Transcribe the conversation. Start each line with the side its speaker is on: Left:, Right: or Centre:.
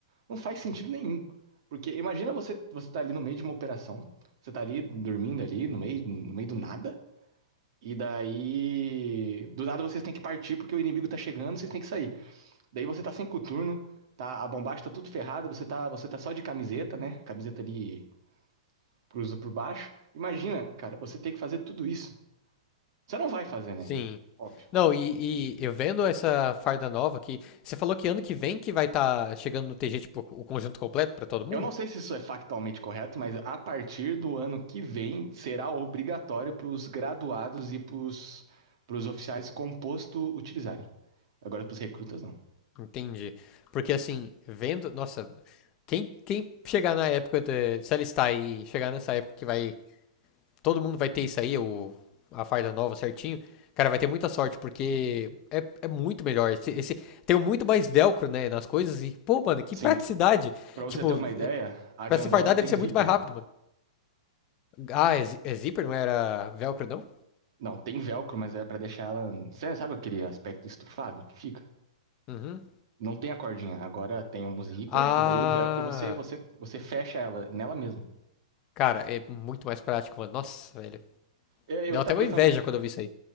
Right: Não faz sentido nenhum. Porque imagina você, você tá ali no meio de uma operação, você tá ali dormindo ali, no meio, no meio do nada, e daí. Do nada vocês têm que partir porque o inimigo tá chegando, vocês têm que sair. Daí você tá sem coturno, tá, a bombacha tá tudo ferrada, você tá, você tá só de camiseta, né? Camiseta ali cruza por baixo. Imagina, cara, você tem que fazer tudo isso. Você não vai fazer, né?
Left: sim.
Right: Óbvio.
Left: Não, e, e eu vendo essa farda nova aqui, você falou que ano que vem que vai estar chegando no TG, tipo, o conjunto completo pra todo mundo?
Right: Eu não sei se isso é factualmente correto, mas a partir do ano que vem será obrigatório para os graduados e para os oficiais com posto utilizarem. Agora para os recrutas não.
Left: Entendi. Porque assim, vendo, nossa, quem, quem chegar na época, de, se alistar e chegar nessa época que vai todo mundo vai ter isso aí, o, a farda nova certinho. Cara, vai ter muita sorte, porque é, é muito melhor. Esse, esse- tem muito mais velcro, né, nas coisas. E, pô, mano, que
Right: Sim,
Left: praticidade.
Right: para você
Left: Tipo,
Right: ter uma ideia, a gandola
Left: pra se fardar
Right: tem
Left: deve ser
Right: zíper.
Left: muito mais rápido, mano. Ah, é, zi- é zíper, não era velcro, não?
Right: Não, tem velcro, mas é para deixar ela, Você sabe aquele aspecto estufado que fica?
Left: Uhum.
Right: Não tem a cordinha, agora tem um zíper
Left: Ah,
Right: e daí o velcro você você você fecha ela nela mesma.
Left: cara, é muito mais prático, mano. Nossa, velho.
Right: É, E
Left: Deu
Right: outra
Left: até uma
Right: coisa
Left: inveja
Right: também,
Left: quando eu vi isso aí.